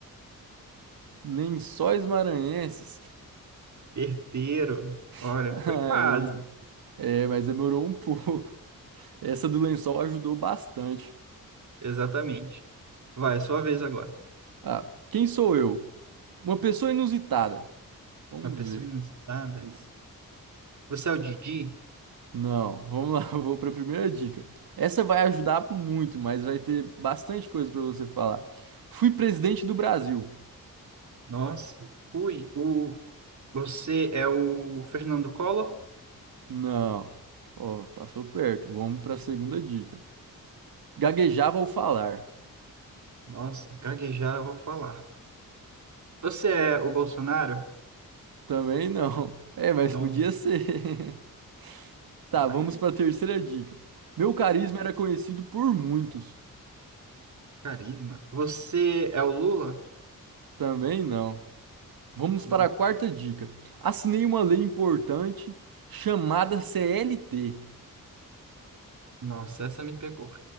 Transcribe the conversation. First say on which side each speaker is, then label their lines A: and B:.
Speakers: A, on the right (about 80°); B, on the right (about 55°).
A: lençóis maranhenses.
B: Herdeiro. Olha,
A: <laughs> Ai,
B: foi quase.
A: é, mas demorou um <laughs> pouco. Essa do lençol ajudou bastante.
B: Exatamente. Vai, sua vez agora.
A: Ah, quem sou eu? Uma pessoa inusitada. Vamos
B: Uma pessoa
A: ver.
B: inusitada.
A: Isso.
B: Você é o Didi?
A: Não, vamos lá, <laughs> eu vou para a primeira dica. Essa vai ajudar muito, mas vai ter bastante coisa para você falar. Fui presidente do Brasil.
B: Nossa. Ui, o... você é o Fernando Collor?
A: Não. Ó, passou perto. Vamos para a segunda dica. Gaguejava ao falar.
B: Nossa, gaguejar eu vou falar. Você é o Bolsonaro?
A: Também não. É, mas
B: Não.
A: podia ser. <laughs> Tá,
B: Vai.
A: vamos para a terceira dica. Meu carisma era conhecido por muitos.
B: Carisma. Você é o Lula?
A: Também não. Vamos
B: Não.
A: para a quarta dica. Assinei uma lei importante chamada CLT. <laughs>
B: Nossa, essa me pegou.